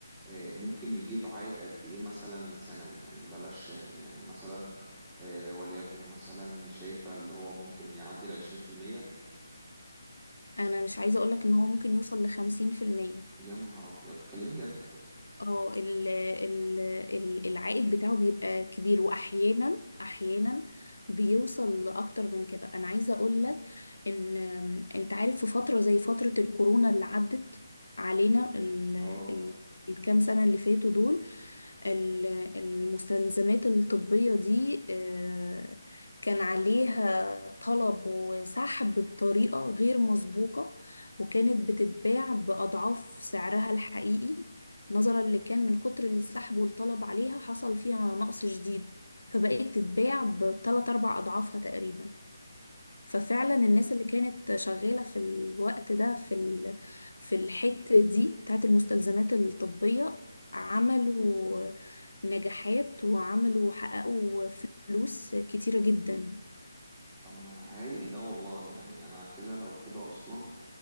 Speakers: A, in the centre; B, on the left.
A: آه، ممكن يجيب عائد قد ايه مثلا سنوي يعني بلاش شهري يعني مثلا آه، وليكن مثلا شايفة اللي هو ممكن يعدي العشرين في المية
B: أنا مش عايزة أقولك إن هو ممكن يوصل لخمسين في المية
A: يا نهار ابيض تكلمي جد
B: اه ال- ال- ال- العائد بتاعه بيبقى كبير واحيانا احيانا بيوصل لاكتر من كده انا عايزه اقول لك ان انت عارف في فتره زي فتره الكورونا اللي عدت علينا ال...
A: اه
B: ال... الكام سنه اللي فاتوا دول ال- المستلزمات الطبيه دي آه، كان عليها طلب وسحب بطريقه غير مسبوقه وكانت بتتباع باضعاف سعرها الحقيقي نظرا لكان من كتر السحب والطلب عليها حصل فيها نقص شديد فبقت تتباع بتلات أربع أضعافها تقريبا ففعلا الناس اللي كانت شغالة في الوقت ده في ال... في الحتة دي بتاعت المستلزمات الطبية عملوا نجاحات وعملوا حققوا فلوس كتيرة جدا
A: اما هايل ده والله يعني انا كده لو كده اصلا